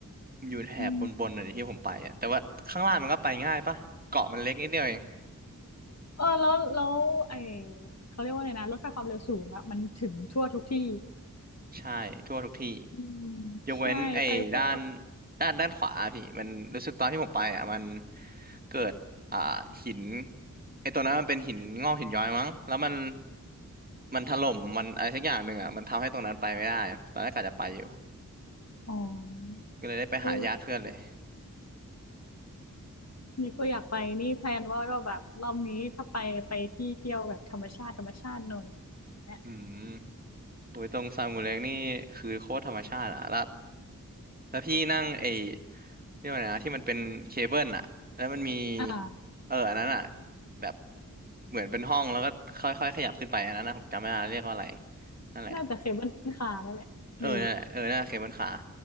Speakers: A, on the right; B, on the left.
A: อยู่แถบบนๆน่ะดิที่ผมไปอ่ะแต่ว่าข้างล่างมันก็ไปง่ายปะเกาะมันเล็กนิดเดียวเอง
B: อืม เออแล้วแล้วไอเขาเรียกว่าอะไรนะรถไฟความเร็วสูงอะมันถึงทั่วทุกที่
A: ใช่ทั่วทุกที่
B: อืม
A: ยกเว้นไอ้ด้าน
B: ใช่ไปพวก
A: ด้านด้านขวาอะพี่มันรู้สึกตอนที่ผมไปอ่ะมันเกิดอ่าหินไอ้ตัวนั้นมันเป็นหินงอกหินย้อยมั้งแล้วมันมันถล่มมันอะไรสักอย่างหนึ่งอ่ะมันทำให้ตรงนั้นไปไม่ได้ตอนแรกกะจะไปอยู่
B: อ๋อ
A: ก็เลยได้ไปหาญาติเพื่อนเลย
B: เออนี่ก็อยากไปนี่แพลนว่าก็แบบรอบนี้ถ้าไปไปที่เที่ยวแบบธรรมชาติธรรมชาติหน่อยเนี่ย
A: อืมโอ้ยตรงซามูเล็กนี่คือโคตรธรรมชาติอ่ะแล้ว แล้วพี่นั่งไอ้เรียกว่าไงนะที่มันเป็นเคเบิลอะแล้วมันมี
B: อ่า
A: เอออันนั้นอะแบบเหมือนเป็นห้องแล้วก็ค่อยๆขยับขึ้นไปอันนั้นนะผมจำไม่ได้เรียกว่าอะไรนั่นแหละ
B: น่าจะเคเบิลคาร์นั่นแหละเออ
A: เออนั่นแหละเออนั่นแหละเคเบิลคาร์